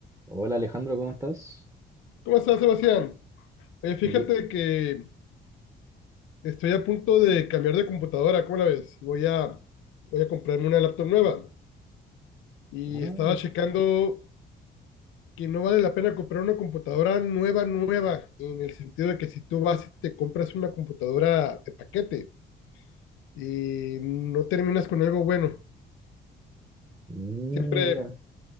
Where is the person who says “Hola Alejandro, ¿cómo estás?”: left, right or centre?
Right